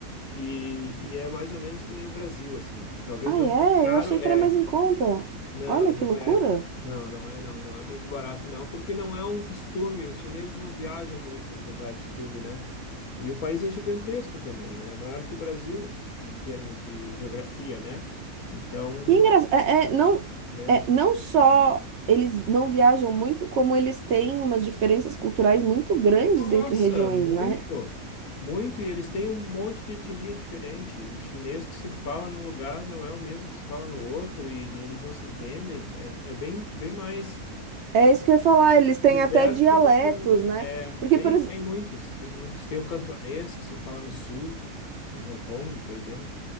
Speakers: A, on the left; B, on the right.
A: e, e é mais ou menos que nem o Brasil, assim, talvez
B: Ah,
A: não
B: é?
A: tão caro,
B: Eu achei que
A: é,
B: era mais em conta.
A: não,
B: Olha
A: não
B: que loucura.
A: é. Não, não é, não. Não é muito barato, não, porque não é um costume. Os chineses não viajam muito, apesar de tudo, né? E o país é gigantesco também. Ele é maior que o Brasil, em termos de geografia, né? Então,
B: E engraçado, é, é, não,
A: é.
B: é, não só eles não viajam muito, como eles têm umas diferenças culturais muito grandes
A: Nossa,
B: entre regiões,
A: muito,
B: né?
A: muito. E eles têm um monte de etnia diferente. O chinês que se fala num lugar não é o mesmo que se fala no outro, e eles não se entendem. É, é bem, bem mais.
B: É isso que eu ia falar, eles têm
A: Diverso
B: até dialetos,
A: do que no.
B: né?
A: É,
B: Porque,
A: tem,
B: por exemplo.
A: tem muitos, tem muitos. Tem o cantonês, que se fala no sul, em Hong Kong, por exemplo,